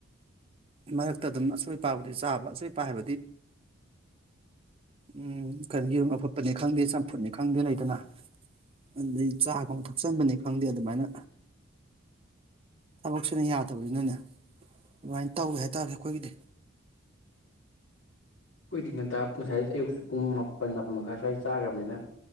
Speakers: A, on the right (about 30°); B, on the left (about 75°).
A: ꯃꯔꯛꯇ ꯑꯗꯨꯝ ꯑꯁꯣꯏꯄꯥꯕꯨꯗꯤ ꯆꯥꯕ ꯑꯁꯣꯏꯄ ꯍꯥꯏꯕꯗꯤ ꯎꯝ ꯀꯔꯤ ꯌꯦꯔꯨꯝ ꯑꯐꯨꯠꯄꯅꯤ ꯈꯪꯗꯦ ꯆꯝꯐꯨꯠꯅꯤ ꯈꯪꯗꯦ ꯂꯩꯗꯅ ꯑꯗꯩ ꯆꯥꯒꯨꯝꯕ ꯊꯛꯆꯟꯕꯅꯤ ꯈꯪꯗꯦ ꯑꯗꯨꯃꯥꯏꯅ ꯊꯕꯛꯁꯤꯅ ꯌꯥꯗꯕꯅꯤꯅꯅꯦ ꯑꯗꯨꯃꯥꯏꯅ ꯇꯧꯋꯦ ꯍꯥꯏꯇꯥꯔꯦ ꯑꯩꯈꯣꯏꯒꯤꯗꯤ
B: ꯑꯩꯈꯣꯏꯗꯤ ꯉꯟꯇ ꯉꯁꯥꯏ ꯑꯌꯨꯛꯁꯨ ꯄꯨꯡ ꯃꯥꯄꯟ ꯃꯥꯄꯟ ꯃꯈꯥꯏ ꯁ꯭ꯋꯥꯏ ꯆꯥꯈ꯭ꯔꯕꯅꯤꯅ